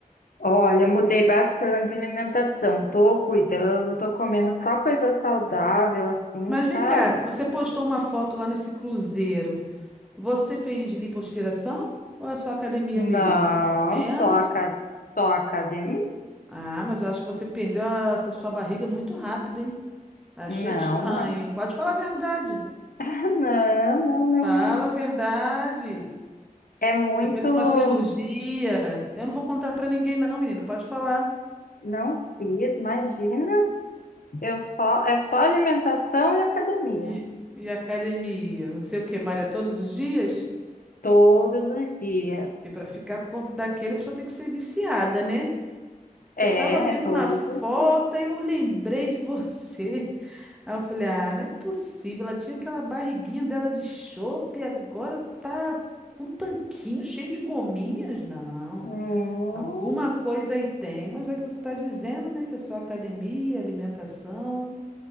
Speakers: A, on the left; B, in the centre.
A: Olha, mudei bastante a alimentação. Tô cuidando, tô comendo só coisa saudável, assim,
B: Mas vem
A: sabe?
B: cá, você postou uma foto lá nesse cruzeiro. Você fez lipoaspiração ou é só academia
A: Não,
B: mesmo? Tava vendo?
A: só, aca... só academia?
B: Ah, mas eu acho que você perdeu a sua sua barriga muito rápido, hein? Achei
A: Não,
B: estranho,
A: não.
B: hein? Pode falar a verdade.
A: <laughs> Não, não, não,
B: Fala
A: não.
B: a verdade.
A: É muito.
B: Você fez uma cirurgia. Eu não vou contar pra ninguém, não, menina. Pode falar.
A: Não fiz, imagina. Eu só é só alimentação e academia.
B: E, e academia? Não sei o que, malha todos os dias?
A: Todos os dias.
B: E pra ficar com o corpo daquele, a pessoa tem que ser viciada, né?
A: É,
B: Eu tava vendo
A: é todos
B: uma foto
A: os dias.
B: e eu lembrei de você. Aí eu falei, ah, não é possível. Ela tinha aquela barriguinha dela de chope e agora tá com um tanquinho cheio de gominhas? Não.
A: Hum,
B: Alguma coisa aí tem, mas já que você está dizendo, né, que a sua academia, alimentação,